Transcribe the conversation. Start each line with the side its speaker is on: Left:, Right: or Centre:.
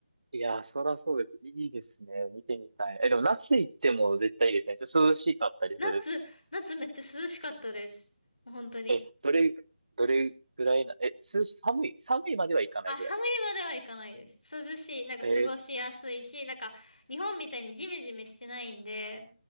Right: いやー、そらそうです。いいですね。見てみたい。え、でも、那須行っても絶対いいですね。ちょっと涼しかったりする。
Left: 夏、夏めっちゃ涼しかったです。もう本当に。
Right: え、どれ、どれぐらいな、え、涼し、寒い、寒いまではいかないぐらい。
Left: あ、寒いまではいかないです。涼しい、なんか過ごしやすいし、
Right: えー、
Left: なんか日本みたいにジメジメしてないんで、